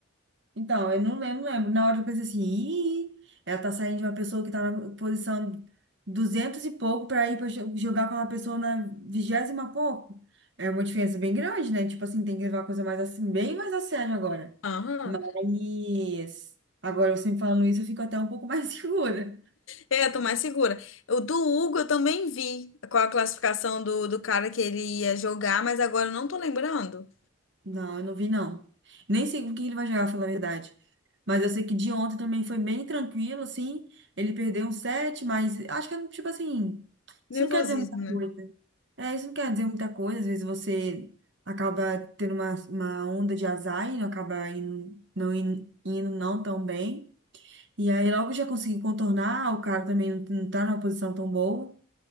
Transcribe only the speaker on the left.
Aham.
É, eu tô mais segura. O do Hugo eu também vi qual a classificação do, do cara que ele ia jogar, mas agora eu não tô lembrando.
Nervosismo,
né?